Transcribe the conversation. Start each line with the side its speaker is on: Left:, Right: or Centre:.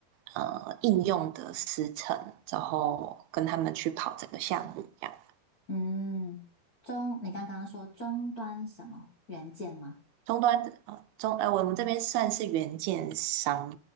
Right: 呃应用的时程，然后跟他们去跑整个项目这样。
Left: 嗯，中，你刚刚说终端什么元件吗？
Right: 终端的呃终呃，我们这边算是原件商，